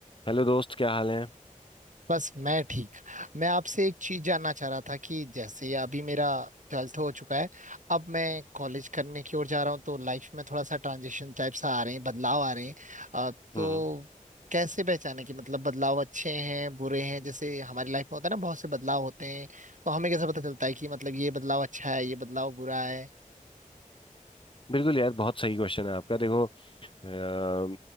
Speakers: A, on the left; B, on the right.
A: Hello दोस्त क्या हाल है
B: बस मैं ठीक मैं आपसे एक चीज जानना चाह रहा था कि जैसे अभी मेरा ट्वेल्थ हो चुका है अब मैं कॉलेज करने की ओर जा रहा हूँ तो लाइफ में थोड़ा सा ट्रांजिशन टाइप सा आ रहे हैं बदलाव आ रहे हैं अ, तो
A: हम्म
B: कैसे पहचाने कि मतलब बदलाव अच्छे हैं बुरे हैं जैसे हमारी लाइफ में होता है ना बहुत से बदलाव होते हैं तो हमें कैसे पता चलता है कि मतलब ये बदलाव अच्छा है ये बदलाव बुरा है
A: बिल्कुल यार बहुत सही क्वेश्चन है आपका देखो अम,